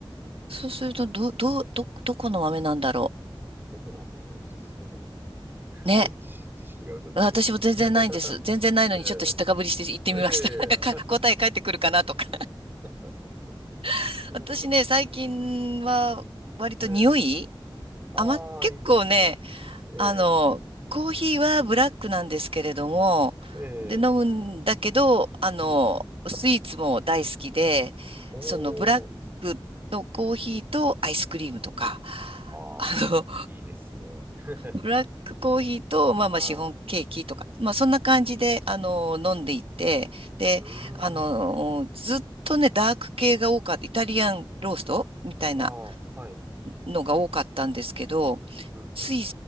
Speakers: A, on the right; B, on the right.
A: そうすると、ど、
B: あ、そう。
A: ど、ど、どこの豆なんだろ
B: どこなんだろう。ちょっとそういうのが、<laughs> そういう知識、
A: う。ね。
B: 知識が疎いんで。
A: 私も全然ないんです。
B: <laughs>
A: 全然ないのに、
B: ええ。
A: ちょっと知ったかぶりして行ってみました。
B: え
A: <laughs> なんか、か、答え返ってくるかなとか。
B: え。<laughs>
A: <laughs>
B: そうですね。
A: 私ね、最近は、割と匂い
B: ええ。ああ、
A: 甘、結構ね、
B: いいですね。ええ。
A: あの、コーヒーはブラックなんですけれども、
B: ええ。
A: で、飲むんだけど、あの、
B: うん。
A: スイーツも大好きで、
B: おおいいですね。
A: そのブラックのコーヒーとアイスクリームとか、
B: ああ、
A: あの、
B: いいですね。<laughs>
A: <laughs> ブラックコーヒーと、まあまあシフォンケーキとか、
B: ああ、
A: まあそんな感じで、
B: うん。
A: あの、飲んでいて、で、
B: うー
A: あの、
B: ん。
A: ずっとね、ダーク系が多かった、イタリアンローストみたいな、
B: ああ、はいはい。
A: のが多かったんですけど、
B: うんうん。
A: つい